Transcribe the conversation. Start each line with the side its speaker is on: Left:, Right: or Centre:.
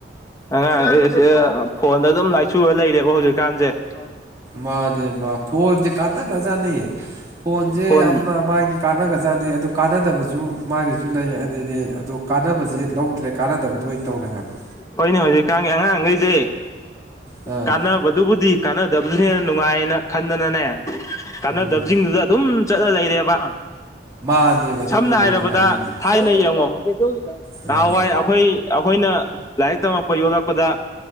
Left: ꯑꯉꯥꯡ ꯒꯩꯁꯦ ꯑ ꯐꯣꯟꯗ ꯑꯗꯨꯝ ꯂꯥꯏꯆꯨꯔ ꯂꯩꯔꯦꯕ ꯍꯧꯖꯤꯛꯀꯥꯟꯖꯦ ꯑꯧ
Right: ꯃꯥꯅꯦꯕ ꯐꯣꯟꯖꯦ ꯀꯥꯟꯅꯒꯔꯖꯥꯠꯅꯦ ꯐꯣꯟꯖꯦ
Left: ꯐꯣꯟ
Right: ꯌꯥꯝꯅ ꯃꯥꯒꯤ ꯀꯥꯟꯅꯒꯖꯅꯦ ꯑꯗꯨ ꯀꯥꯟꯅꯗꯕꯖꯨ ꯃꯥꯒꯤꯖꯨ ꯂꯩ ꯑꯗꯨꯗꯤ ꯑꯗꯣ ꯀꯥꯟꯅꯕꯖꯦ ꯂꯧꯗ꯭ꯔꯦ ꯀꯥꯟꯅꯗꯕꯗ ꯑꯣꯏꯅ ꯇꯧꯔꯦ ꯍꯥꯏꯕ
Left: ꯍꯣꯏꯅꯦ ꯍꯧꯖꯤꯛ ꯀꯥꯟꯒꯤ ꯑꯉꯥꯡ ꯉꯩꯖꯦ
Right: ꯑꯥ
Left: ꯀꯥꯟꯅꯕꯗꯨꯕꯨꯗꯤ ꯀꯥꯟꯅ ꯗꯕ ꯗꯨꯅ ꯍꯦꯟꯅ ꯅꯨꯡꯉꯥꯏꯌꯦꯅ ꯈꯟꯗꯅꯅꯦ ꯀꯥꯟꯅꯗꯕꯖꯤꯡꯗꯨꯗ
Right: ꯎꯝ
Left: ꯑꯗꯨꯝ ꯆꯠꯂ ꯂꯩꯔꯦꯕ
Right: ꯃꯥꯅꯦꯕ ꯑꯗꯨꯅꯦꯕ
Left: ꯁꯝꯅ ꯍꯥꯏꯔꯕꯗ
Right: ꯑꯩꯅ ꯍꯥꯏꯅꯤꯡꯉꯤꯁꯦ
Left: ꯊꯥꯏꯅ ꯌꯦꯡꯉꯣ
Right: ꯑꯥ
Left: ꯅꯍꯥ ꯋꯥꯏ ꯑ ꯑꯈꯣꯏ ꯑꯈꯣꯏꯅ ꯂꯥꯏꯔꯤꯛ ꯇꯝꯃꯛꯄ ꯌꯣꯂꯛꯄꯗ